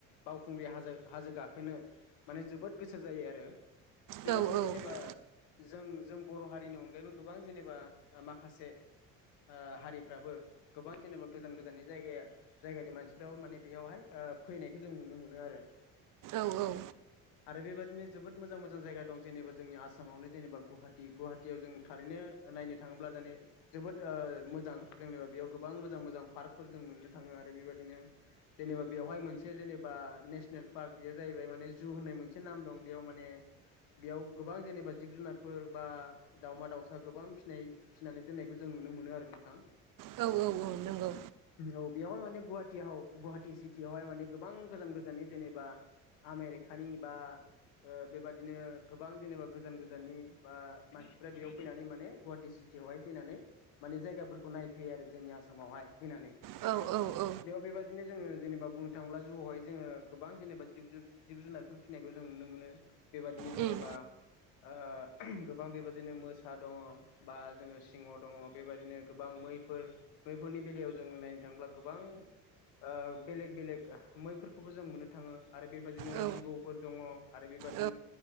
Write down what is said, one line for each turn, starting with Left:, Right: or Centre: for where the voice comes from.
Left: बावखुंग्रि हाजो हाजो गाखोनो माने जोबोद गोसो जायो आरो बेबादिनो
Right: औ औ
Left: जेनेबा जों जों बर' हारिनि अनगायैबो गोबां जेनेबा ओ माखासे ओ हारिफ्राबो गोबां जेनेबा गोजान गोजाननि जायगाया जायगानि मानसिफ्राबो माने बेयावहाय ओ फैनायखो जों नुनो मोनो आरो
Right: औ औ
Left: आरो बेबायदिनो जोबोद मोजां मोजां मोजां जायगा दं जेनेबा जोंनि आसामावनो जेनेबा गुवाहाटि गवाहाटियाव जों थारैनो नायनो थांङोब्ला जेने जोबोद ओ मोजां जोंनिबा बेयाव गोबां मोजां मोजां पार्कफोर जों मोननो थांङो आरो बेबायदिनो जेनेबा बेवहाय मोनसे जेनेबा नेसनेल पार्क बेयो जाहैबाय माने जु होननाय मोनसे नाम दं बेयाव माने बेयाव गोबां जेनेबा जिब जुनारफोर बा दावमा दाउसा गोबां फिनाय फिसिनानै दोननायखौ जों नुनो मोनो आरो नोंथां।
Right: औ औ औ नंगौ
Left: औ बेवयावहाय माने गुवाहाटियाव गुवाहाटि सिटियावहाय माने गोबां गोजान गोजाननि जेनेबा आमेरिकानि बा ओ बेबादि बिदिनो गोबां जेनेबा गोजान गोजाननि बा मानसिफ्रा बेयाव फैनानै माने गुवाहाटि सिटियावहाय फैनानै माने जायगाफोरखौ नायफैयो आरो जोंनि आसामावहाय फैनानै।
Right: औ औ औ
Left: बेयाव बेबायदिनो जोंङो जेनेबा बुंनो थांयोब्ला जुआवहाय जोंङो गोबां जेनेबा जिब जुन जिब जुनारफोर फिसिनायखौ जों नुनो मोनो बेबादिनो जेनेबा
Right: उम
Left: ओ गोबां बेबायदिनो मोसा दंङ बा जोंङो सिंह दंङ बेबायदिनो गोबां मैफोर बेैफोरनि बेलायाव जों नायनो थांङोब्ला गोबां ओ बेलेग बेलेग मैफोरखौबो जों मोननो थांङो। आरो बेबदिनो
Right: औ
Left: जिबौफोर दंङ आरो बेबादि
Right: औ